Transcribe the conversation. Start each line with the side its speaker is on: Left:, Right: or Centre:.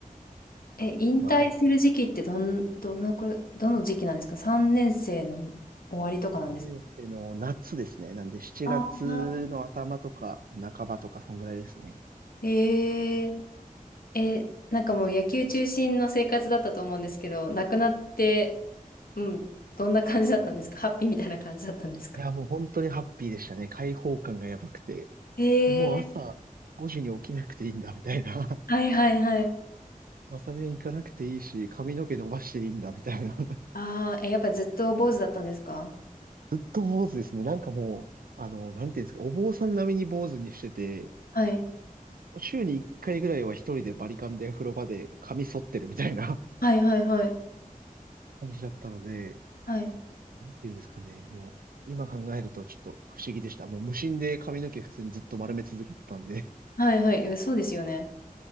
Left: え、引退する時期ってどん、
Right: まあ、
Left: どのくらどの時期なんですか ?3 年生の終わりとかなんですか
Right: 3年生の夏ですね。なんで7月の頭とか半ばとか、
Left: ああ
Right: そんぐらいですね。
Left: ー、えー、え、なんかもう野球中心の生活だったと思うんですけど、亡くなってうん、どんな感じだったんですかハッピーみたいな感じだったんですか
Right: いや、もう本当にハッピーでしたね。開放感がやばくて。
Left: ええ
Right: でもう朝5時に起きなくていいんだ、みたいな。<laughs>
Left: はいはいはい。
Right: 朝練行かなくていいし、髪の毛伸ばしていいんだ、みたいな。<laughs>
Left: ああ、え、やっぱずっと坊主だったんですか
Right: ずっと坊主ですね。なんかもう、あの、なんていうんですか、お坊さん並みに坊主にしてて、
Left: はい。
Right: 週に1回ぐらいは一人でバリカンで風呂場で髪剃ってるみたいな
Left: はいはいはい。
Right: <laughs> 感じだったので、
Left: はい。
Right: なんていうんですかね、もう、今考えるとちょっと不思議でした。もう無心で髪の毛普通にずっと丸め続けてたんで
Left: はいはい。えそうですよね。